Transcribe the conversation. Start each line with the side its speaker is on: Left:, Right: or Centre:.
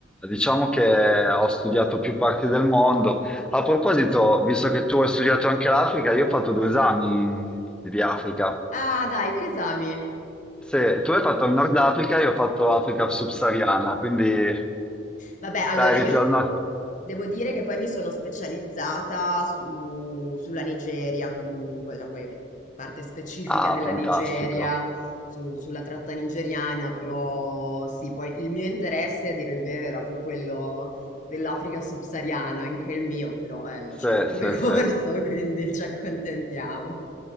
Centre: diciamo che ho studiato più parti del mondo. A proposito, visto che tu hai studiato anche l'Africa, io ho fatto due esami di Africa.
Left: Ah, dai, che esami?
Centre: Se tu hai fatto il Nord Africa, io ho fatto Africa subsahariana, quindi
Left: Vabbè, allora
Centre: dai, eri
Left: io
Centre: più al nord.
Left: devo dire che poi mi sono specializzata su- sulla Nigeria comunque, cioè poi parte specifica
Centre: Ah,
Left: della
Centre: fantastico.
Left: Nigeria, su- sulla tratta nigeriana, però sì, poi il mio interesse, a dire il vero, era più quello dell'Africa subsahariana, anche il mio, però eh, non
Centre: Sì,
Left: c'era come
Centre: sì,
Left: <laughs> corso,
Centre: sì.
Left: quindi ci accontentiamo.